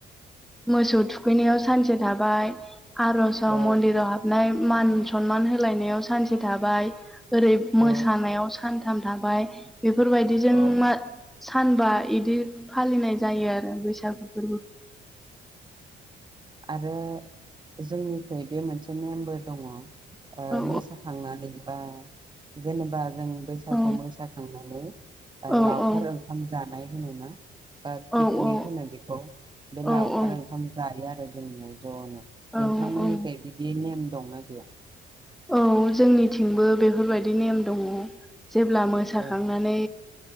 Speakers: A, in the centre; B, on the right.
A: मोसौ थुखैनायाव सानसे थाबाय आर'ज
B: औ
A: मन्दिराव हाबनाय मान सनमान होलायनायाव सानसे थाबाय ओरै
B: औ
A: मोसानायाव सान थाम थाबाय बेफोर बायदिजों
B: औ
A: मा-सानबा इदि फालिनाय जायो आरो बैसागु फोरबो
B: आरो जोंनिफ्राय बे मोनसे नेमबो दङ'। ओ
A: औ
B: मोसाखांनानै बा जेनेबा जों बैसागु
A: औ
B: मोसाखांनानै ओ
A: औ
B: लावखार
A: औ
B: ओंखाम जानाय। होनोना बा पिकनिक
A: औ औ
B: होनो बेखौ बे लावखार
A: औ औ
B: ओंखाम जायो आरो जों ज'नो
A: औ
B: नोंथांमोननिखै बिदि नेम दंना गैया?
A: औ जोंनिथिंबो बेफोर बायदि नेम दङ'। जेब्ला मोसाखांनानै
B: औ